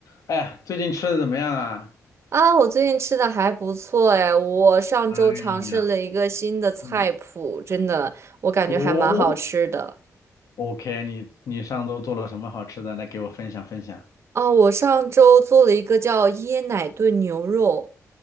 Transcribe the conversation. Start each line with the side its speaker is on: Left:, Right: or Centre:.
Left: 哎呀最近吃的怎么样啊？
Right: 啊，我最近吃的还不错哎，我上周尝试了一个新的菜谱，
Left: 哎呀，嗯
Right: 真的，我感觉还蛮好吃的。
Left: 哦，OK，你你上周做了什么好吃的？来给我分享分享。
Right: 啊，我上周做了一个叫椰奶炖牛肉，